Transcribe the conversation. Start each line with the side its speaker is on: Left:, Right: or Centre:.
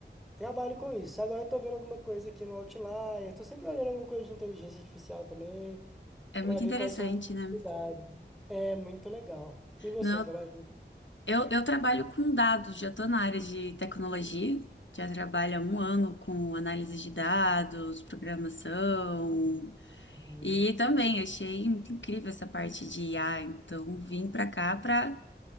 Centre: Trabalho com isso. Agora eu tô vendo alguma coisa aqui no Outlier. Tô sempre olhando alguma coisa de inteligência artificial também,
Left: é
Centre: para
Left: muito
Centre: ver
Left: interessante,
Centre: quais são as possibilidades.
Left: né?
Centre: É muito legal. E você
Left: Não,
Centre: trabalha com?
Left: eu, eu trabalho com dados, já tô na área de tecnologia. Já trabalho há um ano com análise de dados, programação.
Centre: Hum,
Left: E também
Centre: legal.
Left: achei muito incrível essa parte de IA. Então, vim pra cá pra